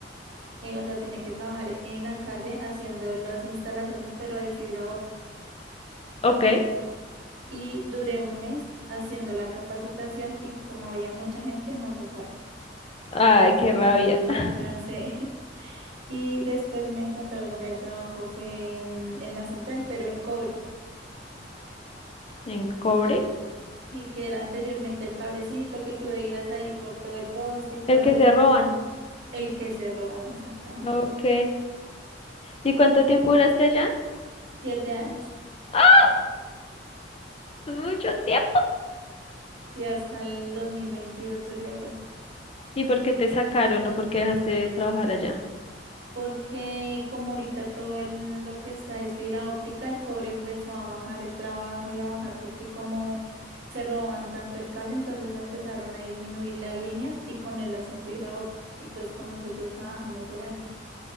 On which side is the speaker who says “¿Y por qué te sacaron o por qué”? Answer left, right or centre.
Left